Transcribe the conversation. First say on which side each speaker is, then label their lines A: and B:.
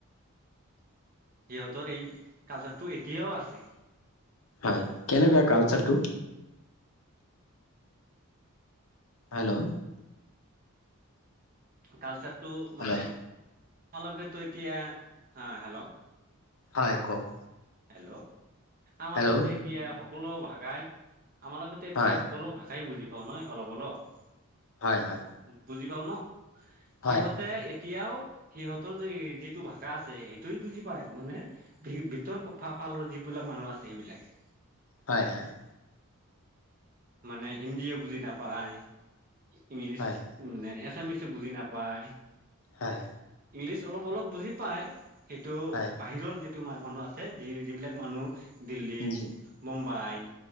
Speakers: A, on the right; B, on the left.
A: সিহঁতৰ এই কালচাৰটো এতিয়াও আছে
B: হয় কেনেকুৱা কালচাৰটো হেল্ল'
A: কালচাৰটো
B: হেল্ল',
A: মানে তোমালোকেতো এতিয়া হা হেল্ল'
B: হয় কওক
A: হেল্ল' আমাৰ
B: হেল্ল',
A: লগতে এতিয়া সকলো ভাষাই আমাৰ লগতে এতিয়া
B: হয়,
A: সকলো ভাষ- খাই বুজি পাওঁ, নহয় অলপ অলপ
B: হয় হয়
A: বুজি পাও ন,
B: হয়,
A: সিহঁতে এতিয়াও সিহঁতৰ যে যিটো ভাষা আছে সেইটোে বুজি পায় মানে ভিতৰ ফালৰ যিবিলাক মানুহ আছে সেইবিলাকে।
B: হয়'-হয়'।
A: মানে হিন্দীয়েও বুজি নাপায়, ইংলিছ
B: হয়, হয়,
A: মানে আছামিছও বুজি নাপায়।
B: হয়।
A: ইংলিছ অলপ-অলপ বুজি পায় সেইটো
B: হয়।
A: বাহিৰৰ যিটো ম-মানুহ আছে যি-যিবিলাক মানুহ দিল্লীত
B: জি।
A: মুম্বাই